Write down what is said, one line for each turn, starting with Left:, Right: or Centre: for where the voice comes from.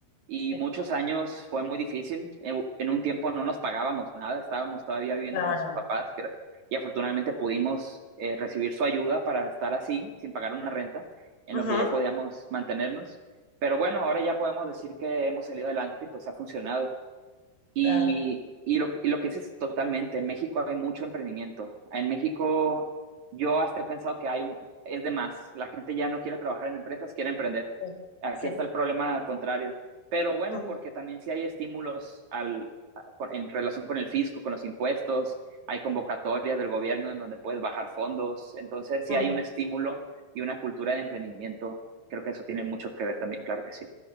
Right: Y
Left: sí,
Right: muchos años fue muy difícil. En, en un tiempo no nos pagábamos nada, estábamos todavía viviendo
Left: claro.
Right: con nuestros papás que- y afortunadamente pudimos eh, recibir su ayuda para estar así, sin pagar una renta, en
Left: Ujú,
Right: lo que ya podíamos mantenernos. Pero bueno, ahora ya podemos decir que hemos salido adelante y pues ha funcionado. Y,
Left: claro.
Right: y lo, y lo que dices totalmente, en México hay mucho emprendimiento. En México yo hasta he pensado que hay un, es de más, la gente ya no quiere trabajar en empresas, quiere emprender.
Left: Sí.
Right: Aquí
Left: Sí.
Right: está el problema contrario. Pero bueno,
Left: Mm,
Right: porque también sí hay estímulos al, a- con- en relación con el fisco, con los impuestos, hay convocatorias del gobierno en donde puedes bajar fondos. Entonces sí
Left: Mm,
Right: hay un estímulo y una cultura de emprendimiento. Creo que eso tiene mucho que ver también, claro que sí.